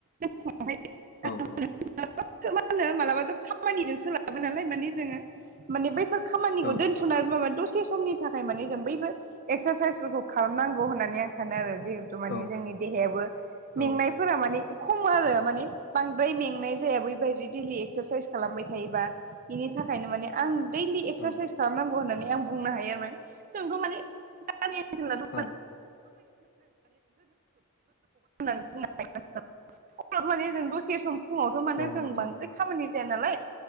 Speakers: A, on the right; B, on the left.
A: जों फुङावहाय
B: औ
A: मा मा होनो मालाबाथ' खामानिजों सोलाबो नालाय माने जोङो माने बैफोर खामानिखौ
B: औ
A: दोनथ'नानैबाबो माने दसे समनि थाखाय मे जों बैबो एक्सारसाइसफोरखौ खालामनांगौ होननानै आं सानो आरो जिहेतु
B: औ
A: माने
B: औ
A: जोंनि देहायाबो
B: औ
A: मेंनायफोरा माने खम आरो माने बांद्राय मेंनाय जाया बैबायदि दैलि एक्सारसाइस खालामबाय थायोबा बेनि थाखायनो माने आं दैलि एक्सारसाइस
B: औ
A: खालामनांगौ होननानै आं बुंनो हायो आरोमाने जोंथ' माने गामि ओनसोलनाथ'
B: औ
A: माने <unintelligible> अर माने जों दसे सम फुङावथ' माने
B: औ
A: जों
B: नंगौ
A: बांद्राय खामानि जाया नालाय